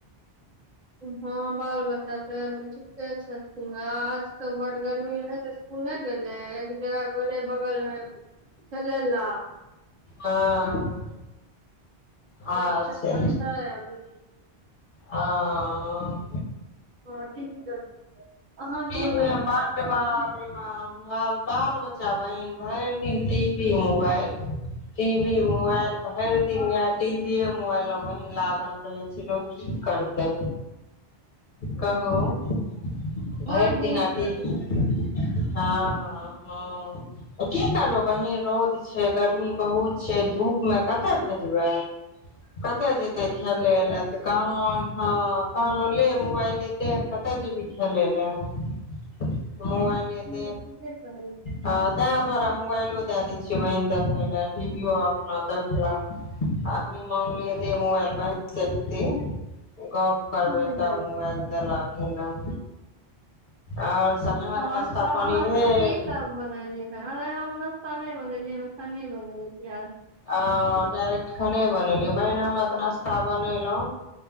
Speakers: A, on the right (about 55°); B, on the left (about 50°).
A: हँ बाल बच्चा तऽ ठीके छै आज तऽ बड गरमी रहै तऽ इसकुल नहि गेलै एक जगह गेलले बगलमे खेलय लए
B: हँ
A: अहाँ
B: अच्छा
A: के छोटका छय अभी
B: आ हँ
A: टीवी देखै अहाँ
B: की भेल
A: सब बना
B: मड बापरे ब माल बाल बच्चा बहिन भरि दिन TV mobile TV mobile mobile भैर दिन इएह मोबाइल मे बहिन लागल ल रहै छै लोक की करतै कहू भरि
A: भरि दिन
B: दिना
A: के
B: टीवी
A: देखै
B: हँ हँ हँ त की करबै बहीन रौद छै गर्मी बहुत छै धूपमे कतए भेजबै कतए जेतै खेलै लए तऽ कहलाँ हँ कहलो ले मोबाइल एते कते जेबही खेलय लए मोबइल हेतै
A: ठीके कहलियै
B: ह तें द्वारा मोबाइलो दए देय छियै बहिन देखे लए टीवियो अपना देखलक आ मंगलिया दे मोबल बहिन से दे गप करबे
A: ठीके
B: तब
A: कहलियै
B: मोबाइल देलक आओर सब यहाँके
A: आओर
B: नाश्ता
A: सब
B: पानी
A: अहाँ
B: भेल
A: सब की सब बनेलियै खाना हम न खाना नई बनेलिए नय अखन नय बेनेलीय हन
B: आ खाने बनेलियै बहिन हमरा तऽ नाश्ता बनेलउ